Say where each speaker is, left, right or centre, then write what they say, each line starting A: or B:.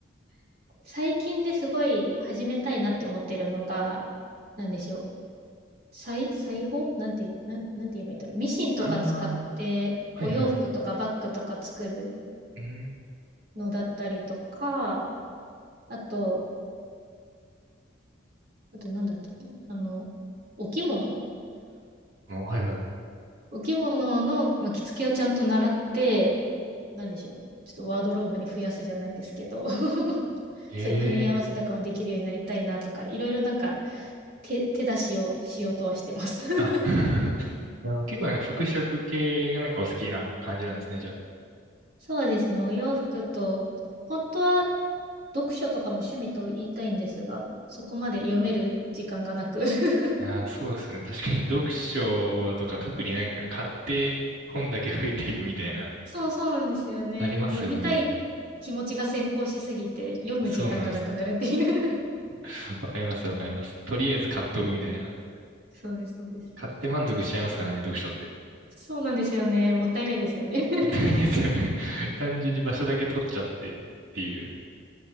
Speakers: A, on the right; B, on the right.
A: <laughs> 最近ですごい始めたいなって思ってるのが、なんでしょう。裁、裁縫なんて、なん、なんて言えばいいんだろう。ミシンとか使って、
B: ああー、
A: お洋服とかバッグとか作る
B: はいはい。うん。
A: のだったりとか、あと、あと何だったっけなあの、お着物
B: あはいはい。
A: お着物の、まあ、着付けをちゃんと習って、なんでしょう。ちょっとワードローブに増やすじゃないですけど、<laughs>
B: ええ
A: そういう組み合わせとかもできるようになりたいなとか、いろいろなんか手、手出しをしようとはしてます。<laughs>
B: あ、<laughs> なんか結構なんか服飾系がなんかお好きな感じなんですね、じゃあ。
A: そうですね、お洋服と、本当は読書とかも趣味と言いたいんですが、そこまで読める時間がなく。
B: うんい
A: <laughs>
B: やー、そうですね。確かに <laughs> 読書とか特になんか買って本だけ増えていくみたいな、
A: そうそうなんですよね。
B: ありますよね。
A: 読みたい気持ちが先行しすぎて、読む時間がなくなるっていう。
B: そうなんです。<laughs> わかります、わかります。とりあえず買っとくみたいな。
A: <laughs> そうです、そうです。
B: 買って満足しちゃいますからね、読書って。
A: そうなんですよね。もったいないですよね。<laughs>
B: <laughs> もったいないですよね。<laughs> 単純に場所だけ取っちゃってっていう。